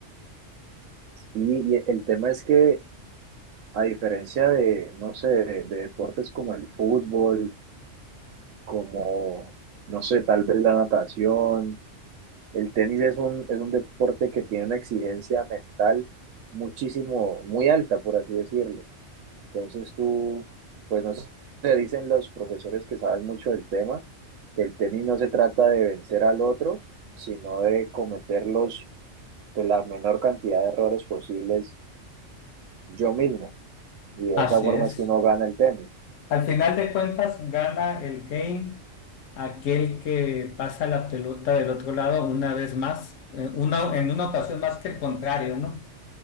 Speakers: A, on the right; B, on the left.
A: Y, y el tema es que, a diferencia de, no sé, de, de deportes como el fútbol, como, no sé, tal vez la natación, El tenis es un, es un deporte que tiene una exigencia mental muchísimo, muy alta, por así decirlo. Entonces tú, pues no sé, te dicen los profesores que saben mucho del tema, que el tenis no se trata de vencer al otro, sino de cometer los, de la menor cantidad de errores posibles yo mismo. Y de
B: Así
A: esa forma
B: es.
A: es que uno gana el tenis.
B: Al final de cuentas, gana el game aquel que pasa la pelota del otro lado una vez más, eh, una, en una ocasión más que el contrario, ¿no?